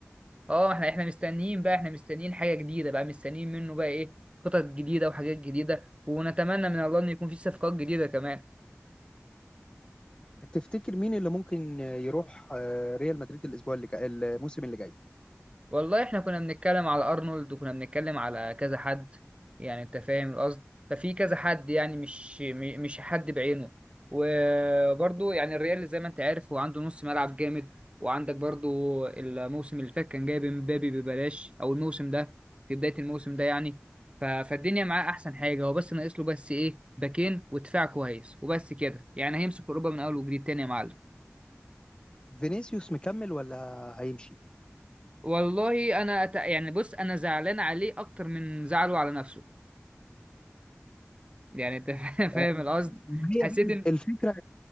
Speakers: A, on the right; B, on the left.
A: اه احنا احنا مستنيين بقى احنا مستنيين حاجة جديدة بقى مستنيين منه بقى ايه خطط جديدة وحاجات جديدة ونتمنى من الله ان يكون في صفقات جديدة كمان
B: تفتكر مين اللي ممكن يروح آه، ريال مدريد الاسبوع اللي جاي الموسم اللي جاي
A: والله احنا كنا بنتكلم على ارنولد وكنا بنتكلم على كذا حد يعني انت فاهم القصد ففي كذا حد يعني مش م- مش حد بعينه وبرضه يعني الريال زي ما انت عارف هو عنده نص ملعب جامد وعندك برضه الموسم اللي فات كان جايب امبابي ببلاش او الموسم ده في بداية الموسم ده يعني ف- فالدنيا معاه احسن حاجة هو بس ناقص له بس ايه باكين ودفاع كويس وبس كده يعني هيمسك اوروبا من اول وجديد تاني يا معلم
B: فينيسيوس مكمل ولا هيمشي
A: والله انا أت... يعني بص انا زعلان عليه اكتر من زعله على نفسه يعني انت <laughs> فاهم
B: آه،
A: القصد
B: ما هي
A: حسيت
B: بقى
A: ان
B: الفكره